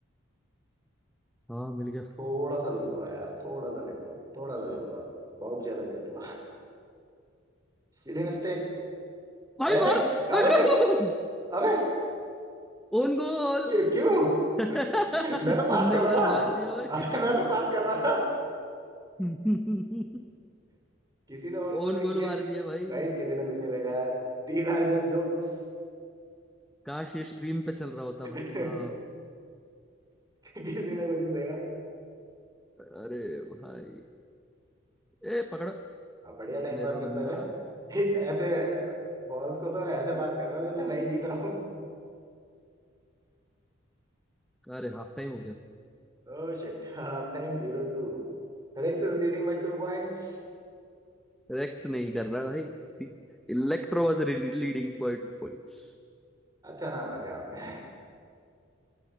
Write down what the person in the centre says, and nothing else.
हाँ मिल गया
भाई
मार
<laughs>
Own goal
<laughs>
तुमने
उधर
मार दिया भाई
<laughs>
ओन
गोल
मार दिया भाई
काश ये स्ट्रीम पे चल रहा होता
भाई साहब
अरे भाई ए पकड़ा
मेरा
बंदा
अरे हाफ टाइम हो गया
रेक्स नहीं कर रहा भाई electro was leading for two points